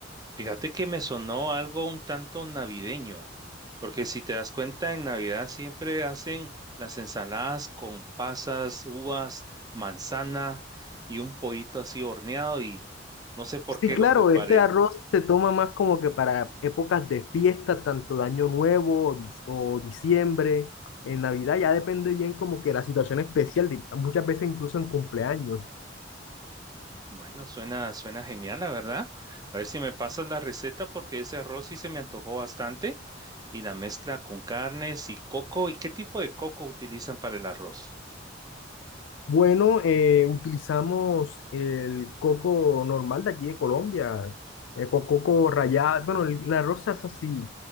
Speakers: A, on the right; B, on the left.
A: Fíjate que me sonó algo un tanto navideño, porque si te das cuenta, en Navidad siempre hacen las ensaladas con pasas, uvas, manzana y un pollito así horneado y no sé por
B: Sí,
A: qué
B: claro,
A: lo comparé.
B: este arroz se toma más como que para épocas de fiesta, tanto de Año Nuevo o, dis- o diciembre, en Navidad, ya depende bien como que la situación especial, de- muchas veces incluso en cumpleaños.
A: Bueno, suena, suena genial, la verdad. A ver si me pasas la receta porque ese arroz sí se me antojó bastante y la mezcla con carnes y coco. ¿Y qué tipo de coco utilizan para el arroz?
B: Bueno, eh, utilizamos el coco normal de aquí de Colombia, eh, con coco rallado, bueno, el- la rosa es así.